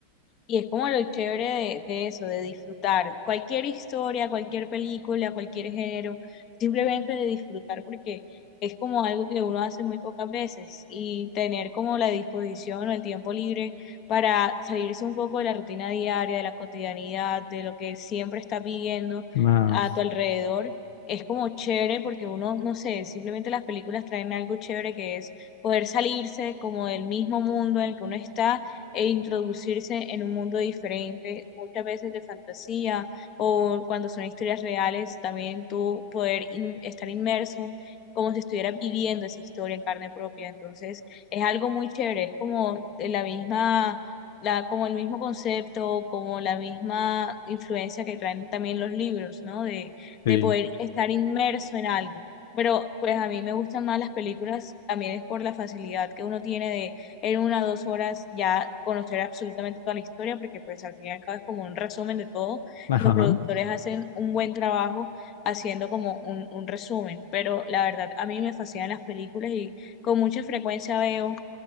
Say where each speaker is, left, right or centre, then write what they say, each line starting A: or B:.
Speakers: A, on the left (about 35°); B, on the left (about 60°).
A: Y es como lo chévere de, de eso, de disfrutar cualquier historia, cualquier película, cualquier género, simplemente de disfrutar porque es como algo que uno hace muy pocas veces y tener como la disposición o el tiempo libre para salirse un poco de la rutina diaria, de la cotidianidad, de lo que siempre estás viviendo
B: Más,
A: a tu alrededor. Es como chévere porque uno, no sé, simplemente las películas traen algo chévere que es poder salirse como del mismo mundo en el que uno está e introducirse en un mundo diferente, muchas veces de fantasía o cuando son historias reales, también tú poder in- estar inmerso como si estuvieras viviendo esa historia en carne propia. Entonces, es algo muy chévere, es como de la misma, la, como el mismo concepto, como la misma influencia que traen también los libros, ¿no? De,
B: sí.
A: de poder estar inmerso en algo. Pero pues a mí me gustan más las películas, también es por la facilidad que uno tiene de en una o dos horas ya conocer absolutamente toda la historia, porque pues al fin y al cabo es como un resumen de todo.
B: Ajá.
A: Los productores hacen un buen trabajo haciendo como un, un resumen, pero la verdad a mí me fascinan las películas y con mucha frecuencia veo